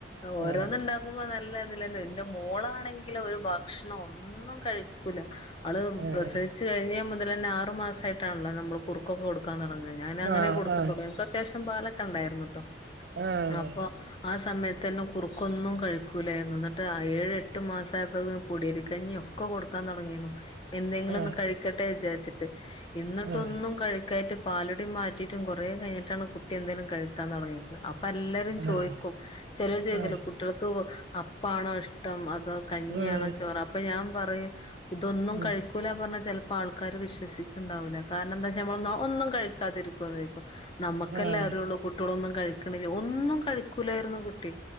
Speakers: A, on the left (about 30°); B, on the right (about 60°).
A: ഓരോന്ന്ണ്ട
B: ആഹ്
A: കുമ്പ നല്ലതിലന്നെ എന്റെ മോളാണെങ്കിലോ ഒരു ഭക്ഷണോ ഒന്നും കഴ കൂല, അവള്
B: ആഹ്
A: പ്രസവിച്ചു കഴിഞ്ഞെ മുതല്ന്നെ ആറ് മാസ ആയിട്ടാണല്ലോ നമ്മള് കുറുക്കൊക്കെ കൊടുക്കാൻ തൊടങ്ങത്. ഞാനങ്ങനെ
B: ആഹ്
A: കൊടുത്തിട്ടുള്ളൂ ഞങ്ങക്കത്യാവശ്യം പാലൊക്കെ ഉണ്ടായിരുന്നു കേട്ടോ
B: ആഹ് ആഹ്
A: അപ്പൊ ആഹ് സമയതെന്നെ കുറുക്കൊന്നും കഴിക്കൂലായിരുന്നു എന്നിട്ട് ആഹ് ഏഴ് എട്ട് മാസമായപ്പോക്ക് പൊടിയരികഞ്ഞിയോ? ക്കൊ കൊടുക്കാൻ തൊടങ്ങിന്നു. എന്തെങ്കിലൊന്ന്
B: ആഹ്
A: കഴിക്കട്ടെ വിചാരിച്ചിട്ട് ഇന്ന്ട്ടൊന്നും
B: ആഹ്
A: കഴിക്കായിട്ട് പാലുടി മാറ്റിയിട്ടും കൊറെ കഴിഞ്ഞട്ടാണ് കുട്ടി എന്തേലും കഴിക്കാ തൊടങ്ങീക്ക്ണ് അപ്പല്ലരു രും ചോയിക്കും
B: ആഹ്
A: ചെലേ ചെയകാലൊ
B: ആഹ്
A: കുട്ടള്ക്ക് അപ്പാണോ ഇഷ്ടം അത കഞ്ഞിയാണോ?
B: ആഹ്
A: ചോറ് അപ്പൊ ഞാൻ പറയും ഇതൊന്നും
B: ഉം ഉം
A: കഴിക്കൂല പറഞ്ഞാ ചിലപ്പോ ആൾക്കാര് വിശ്വസിക്കും ണ്ടാവില്ല കാരണം എന്താച്ച നമ്മളൊന്നും ഒന്നും കഴിക്കാതിരിക്കൊ നോയ്ക്കും നമുക്കെല്ലാം
B: ആഹ്
A: അറിള്ളു കുട്ട്യോളൊന്നും കഴിക്കണില്ല ഒന്നും കഴിക്കൂലായിരുന്നു കുട്ടി